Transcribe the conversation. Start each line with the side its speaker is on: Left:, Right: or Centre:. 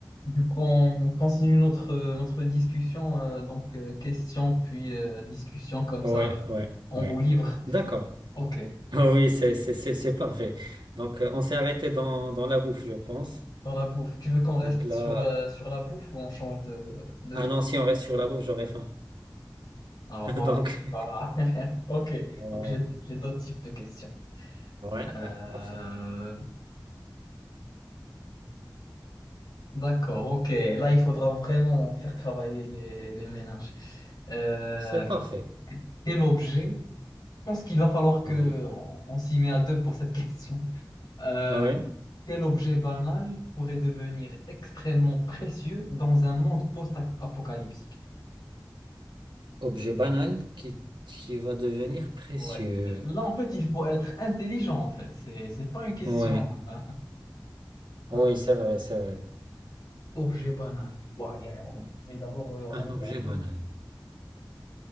Left: Du coup, on continue notre, notre discussion, euh, donc euh, question puis euh, discussion comme
Right: Ouais,
Left: ça, euh,
Right: ouais,
Left: en
Right: ouais.
Left: roue libre.
Right: D'accord. <laughs>
Left: Ok,
Right: Oui, c'est, c'est, c'est, c'est parfait. Donc, euh, on s'est arrêté dans, dans la bouffe, je pense.
Left: pour la bouffe. Tu veux qu'on reste
Right: Donc là,
Left: sur, euh, sur la bouffe ou on change de, de
Right: ah
Left: thème?
Right: non, si on reste sur la bouffe, j'aurais faim.
Left: Ah
Right: <laughs>
Left: voilà.
Right: Donc,
Left: Voilà. <laughs> Ok,
Right: on-
Left: donc j'ai j'ai d'autres types de questions.
Right: ouais,
Left: Euh,
Right: ouais, parfait.
Left: D'accord, ok. Là, il faudra vraiment faire travailler les, les ménages. Euh,
Right: C'est parfait.
Left: quel objet? Je pense qu'il va falloir que
Right: Ouais.
Left: on on s'y met à deux pour cette question. Euh,
Right: Ah ouais.
Left: quel objet banal pourrait devenir extrêmement précieux dans un monde post-apocalyptique?
Right: Objet banal qui, qui va devenir précieux.
Left: Ouais. Là, en fait, il faut être intelligent, en fait. C'est, c'est pas une question
Right: Ouais.
Left: euh, simple.
Right: Ah Oui, c'est vrai, c'est vrai.
Left: Objet banal. Ouais, ouais, ouais. Je vais d'abord re-
Right: Un
Left: regarder
Right: objet
Left: autour.
Right: banal.